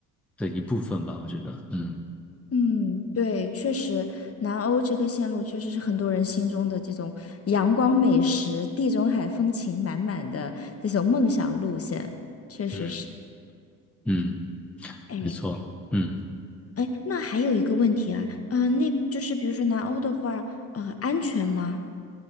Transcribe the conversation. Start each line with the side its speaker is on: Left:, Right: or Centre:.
Centre: 的一部分吧，我觉得。嗯
Left: 嗯，对，确实，南欧这个线路确实是很多人心中的这种阳光美食、地中海风情满满的这种梦想路线，确实是。
Centre: 嗯，嗯，
Left: 哎。
Centre: 没错。嗯。
Left: 哎，那还有一个问题啊，呃，那就是比如说南欧的话，呃，安全吗？